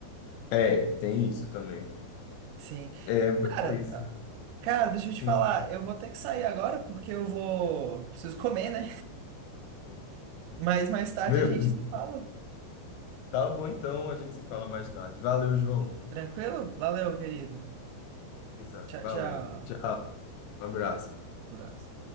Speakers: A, on the left; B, on the right.
A: É, tem isso também.
B: Sim.
A: É, beleza.
B: Cara, Cara, deixa eu
A: Sim.
B: te falar, eu vou ter que sair agora porque eu vou. Preciso comer, né? <laughs> Mas mais tarde
A: Beleza.
B: a gente se fala.
A: Tá bom, então a gente se fala mais tarde. Valeu, João.
B: Tranquilo? Valeu, querido.
A: Isa,
B: Tchau,
A: Valeu.
B: tchau.
A: Tchau. Um abraço.
B: Um Abraço.